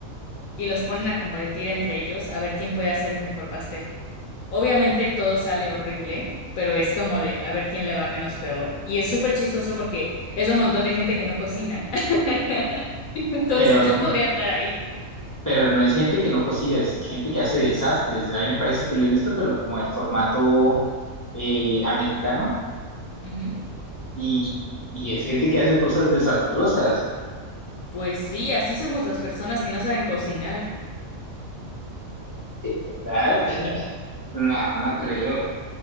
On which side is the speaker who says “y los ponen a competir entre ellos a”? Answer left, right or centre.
Left